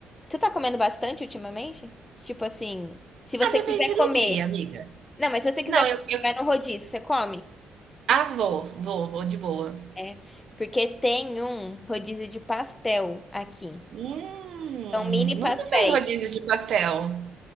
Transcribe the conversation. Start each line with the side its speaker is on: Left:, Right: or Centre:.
Left: Tu tá comendo bastante ultimamente? Tipo assim, se você
Right: Ah, depende
Left: quiser comer.
Right: do dia, amiga.
Left: Não, mas se você quiser
Right: Não, eu,
Left: comer,
Right: eu...
Left: você vai no rodízio, você come?
Right: Ah, vou, vou, vou de boa.
Left: É, porque tem um rodízio de pastel aqui.
Right: Hum,
Left: São mini
Right: nunca
Left: pastéis.
Right: fez rodízio de pastel.